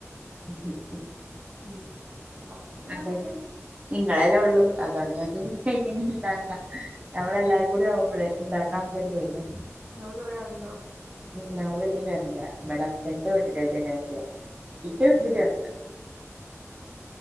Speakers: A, on the right (about 25°); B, on the right (about 40°).
A: ഉ ഉ <unintelligible>
B: ഉം ഒരു പത്ത് കിലോനൊക്കെ
A: അതെല്ലെ
B: തന്നെ
A: നിങ്ങളെല്ലേ ഉള്ളു അതാണ് ഞക്ക് ഇനി ഇണ്ടാക്കാം ഞമ്മളെല്ലാരും
B: ഉം
A: കൂടിുമ്പള ഇണ്ടാക്കാൻ പേടിയാ <inaudible>
B: നിങ്ങള്ൾ കൊറെേ ആളുണ്ടോ?
A: ഉ് ഞങ്ങൾ വലിയഫാമിലിയ ഇവിടെ ഹസ്ബൻഡന്റെ വീട്ടില് വലിയ ഫേമിലിയാ. ഇട്ടേ
B: ഉം
A: ഫ്രീ അത്ത